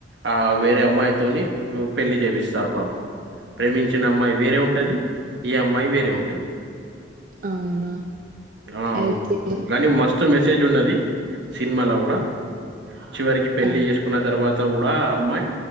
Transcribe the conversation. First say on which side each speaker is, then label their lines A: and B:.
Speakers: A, on the right (about 70°); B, on the right (about 45°).
A: ఆ వేరే అమ్మాయితోని పెళ్లి చేపిస్తారు పాపం ప్రేమించిన అమ్మాయి వేరే ఉంటది ఈ అమ్మాయి వేరే ఉంటది
B: అవునా
A: ఆ
B: అయితే
A: కాగానీ మస్తు మె మెటేజ్ ఉన్నది సినిమాలో కూడా చివరికి పెళ్లి
B: అవ్
A: చేసుకున్న తర్వాత కూడా అమ్మాయి